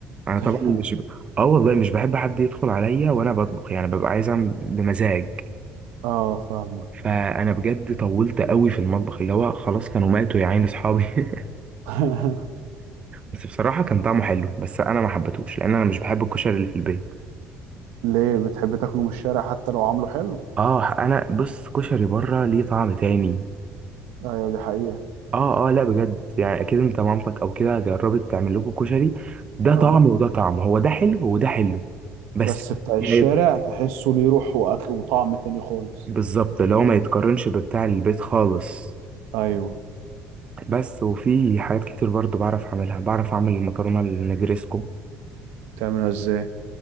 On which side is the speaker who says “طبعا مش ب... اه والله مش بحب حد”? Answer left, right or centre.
Right